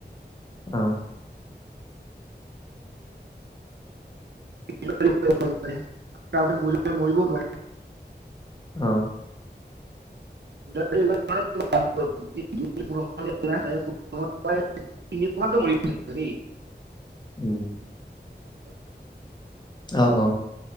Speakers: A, on the left (about 25°); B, on the right (about 70°).
A: উম।
B: ব মৰিবত <unintelligible>
A: উম
B: গুজ <unintelligible> তিনিশান মৰিছে। <unintelligible> সৰি।
A: উম।
B: হেল্ল।
A: অঁ অঁ।